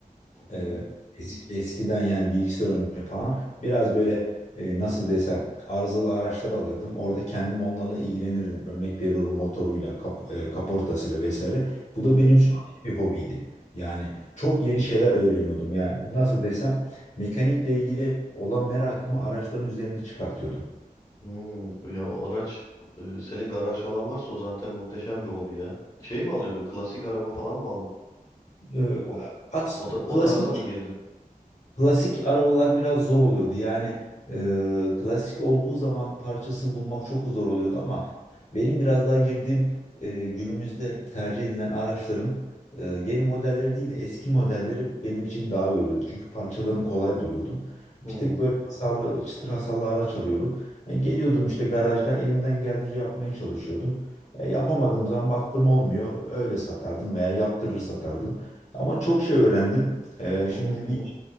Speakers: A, on the left; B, on the left.
A: hı
B: e,
A: hı,
B: eski, eskiden yani bilgisayar önce falan biraz böyle e, nasıl desem arızalı araçlar alırdım. Orada kendim onlarla ilgilenirdim. Örnek veriyorum motoruyla, kap, e, kaportasıyla vesaire. Bu da
A: hı hı.
B: benim şu ayrı bir hobiydi. Yani çok yeni şeyler öğreniyordum. Yani nasıl desem mekanikle ilgili olan merakımı araçların üzerinde çıkartıyordum.
A: Hmm, ya o araç e, senin garaj falan varsa o zaten muhteşem bir hobi ya. Şey mi alıyordun? Klasik araba falan mı alıp
B: E,
A: o,
B: at,
A: o, ta- o
B: klasik
A: tarza mı girdin?
B: Klasik arabalar biraz zor oluyordu. Yani e, klasik olduğu zaman parçasını bulmak çok zor oluyordu ama benim biraz daha girdiğim e, günümüzde tercih edilen araçların e, yeni modelleri değil de eski modelleri benim için daha iyi oluyordu. Çünkü parçalarını kolay buluyordum. Bir
A: Hmm.
B: tık böyle hasarlı, çıtır hasarlı araç alıyordum. E, geliyordum işte garajda elimden geldiğince yapmaya çalışıyordum. E, yapamadığım zaman baktım olmuyor. Öyle satardım veya yaptırır satardım. Ama çok şey öğrendim. Ee,
A: Hı
B: şimdi
A: hı hı.
B: bir
A: hı.